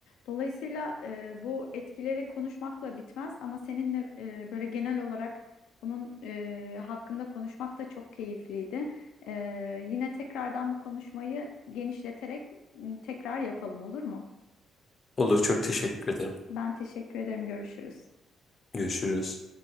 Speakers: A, on the left; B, on the left.
A: Dolayısıyla e, bu etkileri konuşmakla bitmez ama seninle e, böyle genel olarak bunun e, hakkında konuşmak da çok keyifliydi. Ee, yine tekrardan bu konuşmayı genişleterek m, tekrar yapalım olur mu?
B: Olur çok teşekkür ederim.
A: Ben teşekkür ederim. Görüşürüz.
B: Görüşürüz.